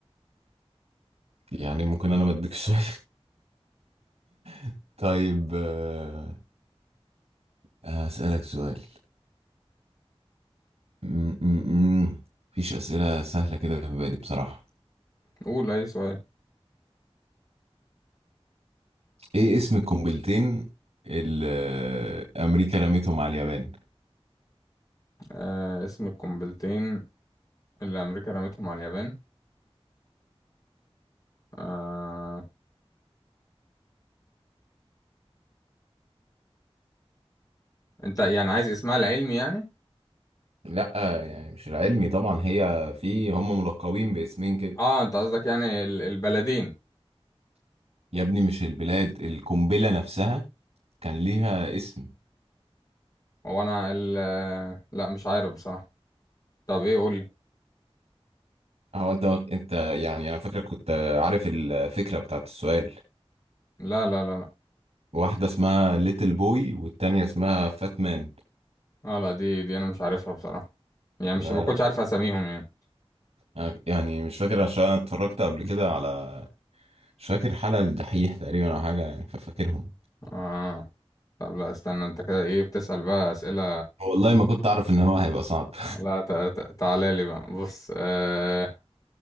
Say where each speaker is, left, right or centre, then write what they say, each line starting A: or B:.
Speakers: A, on the right (about 80°); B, on the left (about 35°).
A: يعني ممكن انا بديك سؤال <laughs> طيب آه... هسألك سؤال م- م- م. مفيش أسئلة سهلة كده في بالي بصراحة
B: قول اي سؤال
A: إيه اسم القنبلتين اللي أمريكا رمتهم على اليابان؟
B: آه اسم القنبلتين اللي أمريكا رمتهم على اليابان آه أنت يعني عايز اسمها العلمي يعني؟
A: لأ يعني مش العلمي طبعا هي في هم ملقبين باسمين كده
B: اه أنت قصدك يعني ال- البلدين
A: يا ابني مش البلاد القنبلة نفسها كان ليها اسم
B: هو أنا ال آه، لا مش عارف بصراحة طب إيه قولي
A: هو أنت أنت يعني أنا فاكرك كنت عارف الفكرة بتاعت السؤال
B: لا لا لا لا
A: واحدة اسمها ليتل بوي والتانية اسمها فات مان
B: اه لا دي دي أنا مش عارفها بصراحة يعني مش
A: لا
B: ما كنتش
A: لا
B: عارف أساميهم يعني
A: أنا يعني مش فاكر عشان أنا اتفرجت قبل كده على مش فاكر حلقة للدحيح تقريبا أو حاجة يعني ففاكرهم
B: اه طب لا استنى أنت كده إيه بتسأل بقى أسئلة
A: والله ما كنت اعرف ان هو هيبقى صعب
B: لا ت- ت- تعالى لي بقى بص آه